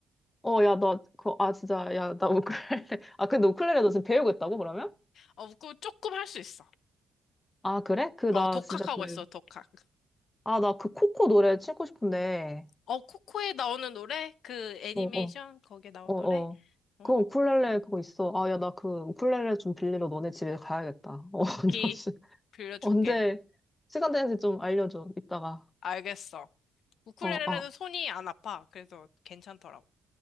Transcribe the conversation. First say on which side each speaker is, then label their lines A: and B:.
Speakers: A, on the left; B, on the left.
A: 어, 야, 나, 그, 아, 진짜, 야, 나 우쿨렐레. <laughs> 아, 근데 우쿨렐레 너 지금 배우고 있다고, 그러면?
B: 어, 우쿨 조금 할 수 있어.
A: 아, 그래? 그, 나
B: 어, 독학하고
A: 진짜 그,
B: 있어, 독학.
A: 아, 나 그 코코 노래 치고 싶은데.
B: 어, 코코에 나오는 노래? 그 애니메이션
A: 어, 어,
B: 거기에 나온
A: 어, 어.
B: 노래? 어,
A: 그 우쿨렐레 그거 있어. 아, 야, 나 그 우쿨렐레 좀 빌리러 너네 집에 가야겠다. 어, <laughs>
B: 오키
A: 너 씨,
B: 빌려줄게.
A: 언제 시간 되는지 좀 알려줘, 이따가.
B: 알겠어. 우쿨렐레는
A: 어, 아,
B: 손이 안 아파. 그래서 괜찮더라고.